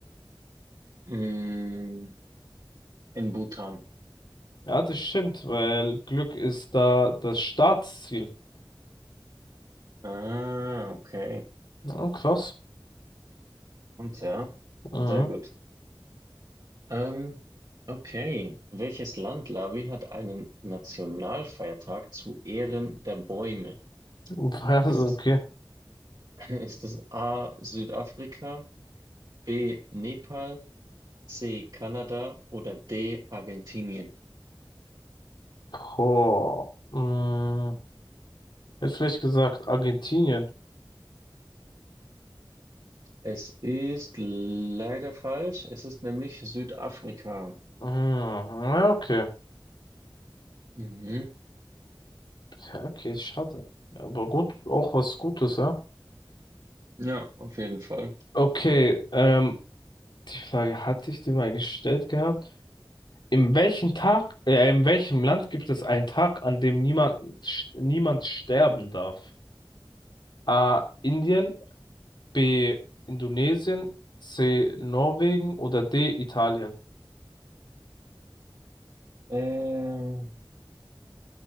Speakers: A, on the right; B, on the left.
A: Mm, in Bhutan.
B: Ja, das stimmt, weil Glück ist da das Staatsziel.
A: Ah, okay.
B: oh krass.
A: Und ja,
B: Mhm.
A: sehr gut. Ähm, okay. Welches Land, Lavi, hat einen Nationalfeiertag zu Ehren der Bäume?
B: <laughs> Also,
A: Ist es,
B: okay.
A: <laughs> ist es A. Südafrika, B. Nepal, C. Kanada oder D. Argentinien?
B: Boah. Mhm. Hätte vielleicht gesagt Argentinien.
A: Es ist leider falsch. Es ist nämlich Südafrika.
B: Mhm. Ja, okay.
A: Mhm.
B: Ja, okay, schade. Ja, Aber gut, auch was Gutes, ja.
A: Ja, auf jeden Fall.
B: Okay, ähm, die Frage hatte ich dir mal gestellt gehabt. In welchem Tag, äh, in welchem Land gibt es einen Tag, an dem niemand, niemand sterben darf? A. Indien. B. Indonesien, C. Norwegen oder D. Italien?
A: Ähm,